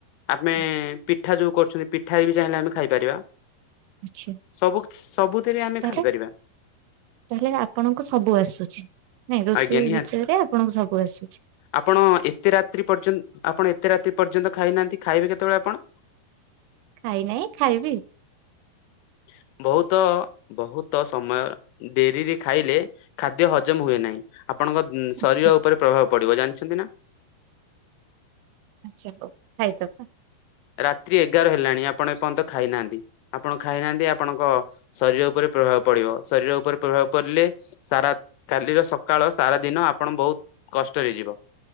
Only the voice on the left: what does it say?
ଆମେ
ପିଠା ଯୋଉ କରୁଛନ୍ତି ପି ଠାରେ ବି ଚାହିଁଲେ ଆମେ ଖାଇପାରିବା
ସବୁ କି ସବୁଥିରେ ଆମେ
ଖାଇପାରିବା।
ଆଜ୍ଞା ନିହାତି
ଆପଣ ଏତେ ରାତ୍ରି ପର୍ଯ୍ୟନ୍ତ ଆପଣ ଏତେ ରାତ୍ରି ପର୍ଯ୍ୟନ୍ତ ଖାଇନାହାନ୍ତି ଖାଇବେ କେ ତବେଳେ ଆପଣ
ଆ ବହୁତ ବହୁତ ସମୟ ଡେରିରେ ଖାଇଲେ ଖାଦ୍ୟ ହଜମ ହୁଏ ନାଇଁ। ଆପଣଙ୍କ ଶରୀର
ଉପରେ ପ୍ରଭାବ ପଡିବ ଜାଣିଚନ୍ତି ନା।
ରାତ୍ରି ଏଗାର ହେଲାଣି ଆପଣ ଏପର୍ଯ୍ୟନ୍ତ ଖାଇନାହାନ୍ତି ।ଆପଣ ଖାଇନାହାନ୍ତି ଆପଣଙ୍କ ଶରୀର ଉପରେ ପ୍ରଭାବ ପଡିବ ଶରୀର ଉପରେ ପ୍ରଭାବ ପଡିଲେ ସାରା କାଲିର ସକାଳ ସାରା ଦିନ ଆପଣ ବହୁତ କଷ୍ଟରେ ଯିବ।